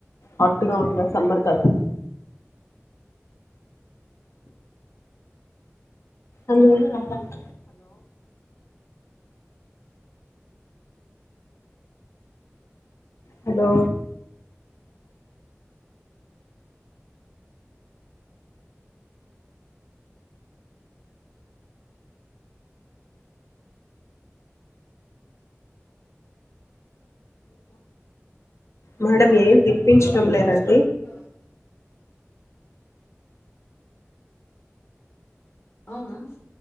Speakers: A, on the left; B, on the left.
A: హాట్ గా ఉందా సమ్మర్ కదా. అందువల్ల రాదంట హలో మేడం ఏం విప్పించడం లేదండి.
B: హా లే అవునా ఇప్ప్